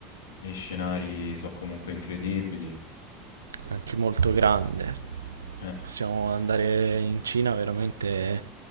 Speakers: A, on the left; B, on the right.
A: gli scenari sono comunque incredibili.
B: Anche molto grande.
A: Eh.
B: Possiamo andare in Cina, veramente